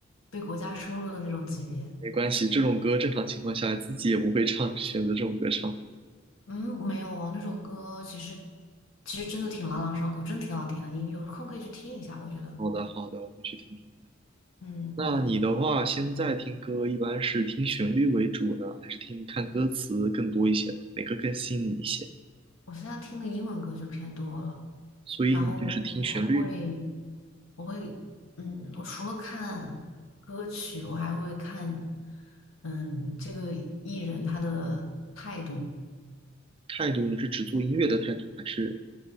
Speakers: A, on the left; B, on the right.
A: 被国家收录的那种级别。
B: 没关系，这种歌正常情况下自己也不会唱，<laughs> 选择这种歌唱。
A: 嗯，没有哦，那首歌其实其实真的挺朗朗上口，真挺好听的，你有空可以去听一下，我觉得。
B: 好的好的，我会去听听的。
A: 嗯，
B: 那你的话，现在听歌一般是听旋律为主呢，还是听看歌词更多一些呢？哪个更吸引你一些？
A: 我现在听的英文歌就偏多了。
B: 所以你就是听旋律
A: 然后我会，我会，嗯，我除了看歌曲，我还会看，嗯，这个艺人他的态度，
B: 态度，你是只做音乐的态度，还是